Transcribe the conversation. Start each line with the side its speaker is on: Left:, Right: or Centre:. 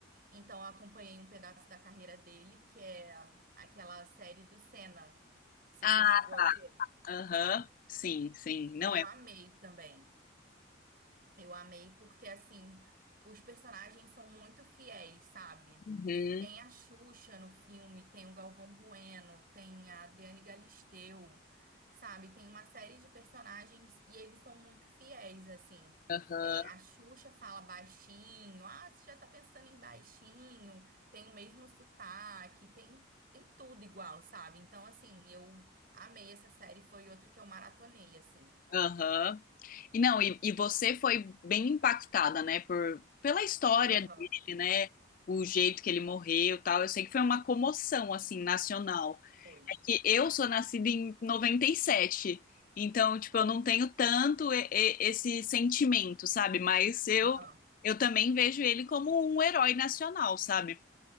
Right: Então eu acompanhei um pedaço da carreira dele, que é aquela série do Senna. Você
Left: Ah,
Right: já chegou
Left: tá.
Right: a ver?
Left: Aham. Sim, sim. Não
Right: Eu
Left: é.
Right: amei também. Eu amei porque, assim, os personagens são muito fiéis, sabe?
Left: Uhum.
Right: Tem a Xuxa no filme, tem o Galvão Bueno, tem a Adriane Galisteu, sabe? Tem uma série de personagens e eles são muito fiéis, assim.
Left: Aham.
Right: É, a Xuxa fala baixinho, ah, você já tá pensando em baixinho, tem o mesmo sotaque, tem, tem tudo igual, sabe? Então, assim, eu amei essa série, foi outra que eu maratonei, assim.
Left: Aham. E não, e, e você foi bem impactada, né, por, pela história
Right: Aham,
Left: dele, né? O jeito que ele morreu, e tal. Eu sei que foi uma comoção assim nacional.
Right: foi.
Left: É que eu sou nascida em 97, então, tipo, eu não tenho tanto e- e- esse sentimento, sabe? Mas eu,
Right: Aham.
Left: eu também vejo ele como um herói nacional, sabe?